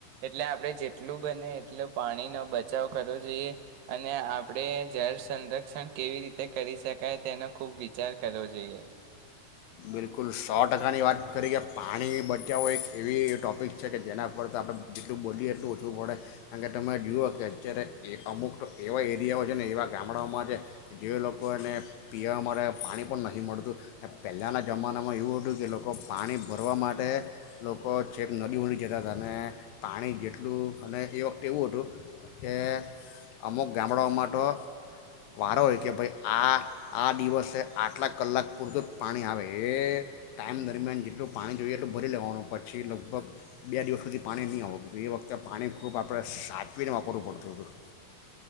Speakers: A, on the right; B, on the left.
A: એટલે આપણે જેટલું બને એટલું પાણીનો બચાવ કરવો જોઈએ અને આપણે જળ સંરક્ષણ કેવી રીતે કરી શકાય તેનો ખૂબ વિચાર કરવો જોઈએ.
B: બિલકુલ સો ટકાની વાત કરી કે પાણી બચાવો એક એવી ટૉપિક છે કે જેના પર આપણે જેટલું બોલીએ એટલું ઓછું પડે કારણ કે તમે જુઓ કે અત્યારે એ અમુક તો એવા એરિયાઓ છે ને એવા ગામડાઓમાં છે જે લોકોને પીવા માટે પાણી પણ નથી મળતું ને પહેલાંના જમાનામાં એવું હતું કે લોકો પાણી ભરવા માટે લોકો છેક નદી હુથી જતા હતા અને પાણી જેટલું અને એ વખતે એવું હતું કે અમુક ગામડાઓ માટો વારો હોય કે ભાઈ આ આ દિવસે આટલા કલાક પૂરતું જ પાણી આવે એ ટાઈમ દરમિયાન જેટલું પાણી જોઈએ એટલું ભરી લેવાનું પછી લગભગ બે દિવસ સુધી પાણી નહીં આવતું હતું એ વખતે પાણી ખૂબ આપણે સાચવીને વાપરવું પડતું હતું.